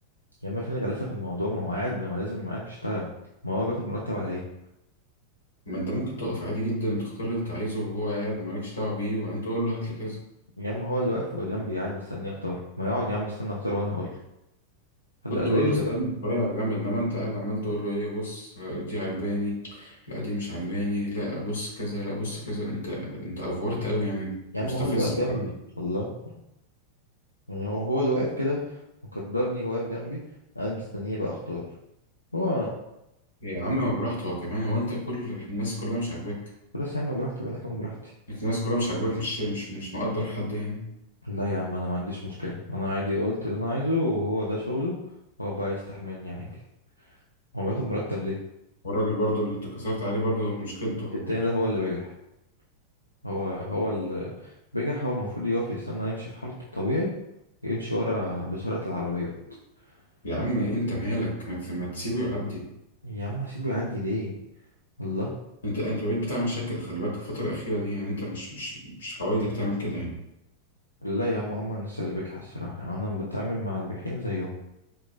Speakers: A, on the left (about 85°); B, on the left (about 65°).
A: يا عم فين الغلاسه في الموضوع ما هو قاعد ما هو لازم قاعد بيشتغل ما هو بياخد مرتب على ايه
B: ما انت ممكن تقف عادي جدا وتختار اللي انت عايزه وهو قاعد ومالكش دعوه بيه وبعدين تقول له هات لي كذا
A: يا عم هو اللي واقف جنبي قاعد مستني اختار ما يقعد يا عم مستني اختار وانا هقول له حد
B: كنت
A: قال
B: اقول
A: له ايه
B: له
A: يقدر
B: استنى شويه على جنب انما انت قاعد عمال تقول له ايه بص دي عجباني لا دي مش عجباني لا بص كذا لا بص كذا انت انت افورت قوي يعني أنت
A: يا عم
B: مستفز
A: هو اللي واقف جنبي
B: بصراحه
A: الله يعني هو هو اللي واقف كده مقدرني واقف جنبي قاعد مستنيه بقى اختار هو
B: يا عم ما براحته هو كمان هو انت كل الناس كلها مش عاجباك
A: بس يا عم براحته انا كمان براحتي
B: أنت الناس كلها مش عاجباك مش مش مش مقدر حد يعني
A: لا يا عم انا ما عنديش مشكلة انا عادي قلت اللي انا عايزه وهو ده شغله هو بقى يستحملني عادي هو بياخد مرتب ليه
B: والراجل برضو اللي اتكسرت عليه برضو مشكلته هو
A: التاني
B: برضو
A: ده هو اللي بجح هو هو اللي بجح هو المفروض يقف يستنى يمشي في حالته الطبيعي يمشي ورا بسرعة العربيات
B: يا عم
A: لا.
B: انت مالك ما, ت- ما تسيبه يعدي
A: يا عم هسيبه يعدي ليه والله
B: انت انت بقيت بتاع مشاكل خلي بالك الفتره الاخيره دي يعني انت مش مش مش عوايدك تعمل كده يعني
A: لا يا عم هما الناس اللي بجحة الصراحة يعني انا بتعامل مع البيحين زيهم